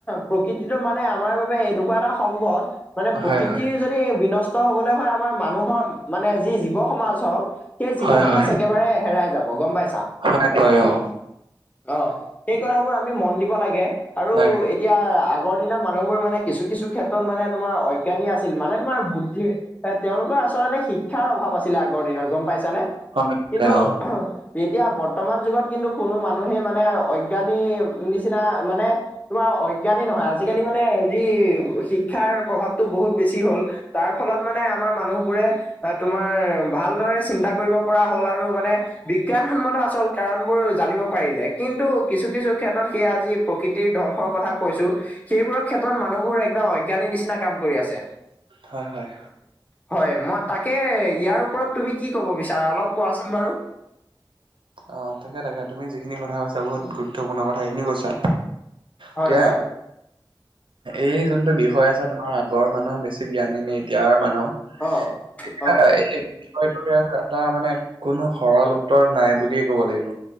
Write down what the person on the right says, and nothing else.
হয় হয়
হয়
হয়
হয়- হয়, অ'।
হয়
হয়
অ
হয় - হয়।
অ, তাকে - তাকে তুমি যিখিনি কথা কৈছা বহুত গুৰুত্বপূৰ্ণ কথা খিনি কৈছা।
এতিয়া
এই যোনটো বিষয় আছে তোমাৰ আগৰ মানুহ বেছি জ্ঞানী নে এতিয়াৰ মানুহ
এতিয়া
এই বিষয়টোৰ এয়া এটা মানে কোনো সৰল উত্তৰ নাই বুলিয়ে ক'ব লাগিব।